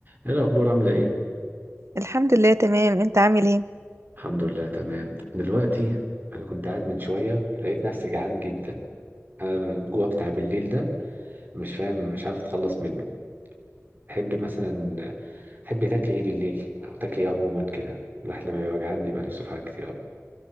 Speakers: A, on the right; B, on the right.
A: ايه الاخبار عامله ايه
B: الحمد لله تمام انت عامل ايه
A: الحمد لله تمام دلوقتي انا كنت قاعد من شويه لقيت نفسي جعان جدا انا الجوع بتاع بالليل ده مش فاهم مش عارف اتخلص منه تحبي مثلا تحبي تاكلي ايه بالليل او تاكلي ايه عموما كده الواحد لما بيبقى جعان بيبقى نفسه في حاجات كتير قوي